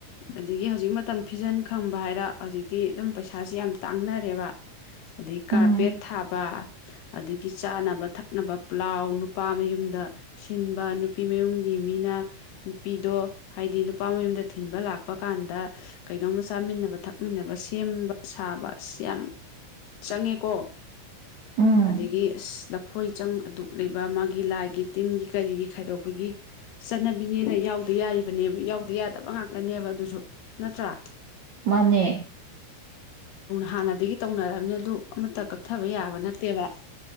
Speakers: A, on the left (about 75°); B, on the right (about 75°).
A: ꯑꯗꯒꯤ ꯍꯧꯖꯤꯛ ꯃꯇꯝ ꯐꯤꯖꯟ ꯈꯪꯕ ꯍꯥꯏꯔ ꯍꯧꯖꯤꯛꯇꯤ ꯑꯗꯨꯝ ꯄꯩꯁꯥꯁꯤ ꯌꯥꯝ ꯇꯥꯡꯅꯔꯦꯕ ꯑꯗꯩ ꯀꯥꯔꯄꯦꯠ
B: ꯎꯝ
A: ꯊꯥꯕ ꯑꯗꯒꯤ ꯆꯥꯅꯕ ꯊꯛꯅꯕ ꯄ꯭ꯂꯥꯎ ꯅꯨꯄꯥ ꯃꯌꯨꯝꯗ ꯁꯤꯟꯕ ꯅꯨꯄꯤ ꯃꯌꯨꯝꯒꯤ ꯃꯤꯅ ꯅꯨꯄꯤꯗꯣ ꯍꯥꯏꯗꯤ ꯅꯨꯄꯥ ꯃꯌꯨꯝꯗ ꯊꯤꯟꯕ ꯂꯥꯛꯄ ꯀꯥꯟꯗ ꯀꯩꯅꯣꯝꯃ ꯆꯥꯃꯤꯟꯅꯕ ꯊꯛꯃꯤꯟꯅꯕ ꯁꯦꯝꯕ ꯁꯥꯕ ꯑꯁ ꯌꯥꯝ ꯆꯪꯉꯦꯀꯣ
B: ꯎꯝ
A: ꯑꯗꯒꯤ ꯑꯁ ꯂꯐꯣꯏ ꯆꯪ ꯑꯗꯨꯛ ꯂꯩꯕ ꯃꯥꯒꯤ ꯂꯥꯏꯒꯤ ꯇꯤꯟꯒꯤ ꯀꯔꯤꯒꯤ ꯈꯥꯏꯗꯣꯛꯄꯒꯤ ꯆꯠꯅꯕꯤꯅꯦꯅ ꯌꯥꯎꯗ ꯌꯥꯔꯤ ꯅꯦ ꯌꯥꯎꯗ ꯌꯥꯗꯕ꯭ꯔ ꯉꯥꯛꯇꯅꯦꯕ ꯑꯗꯨꯁꯨ ꯅꯠꯇ꯭ꯔꯥ
B: ꯃꯅꯦ
A: ꯍꯥꯟꯅꯗꯒꯤ ꯇꯧꯅꯔꯕꯅꯤ ꯑꯗꯨ ꯑꯃꯠꯇ ꯀꯛꯊꯕ ꯌꯥꯕ ꯅꯠꯇꯦꯕ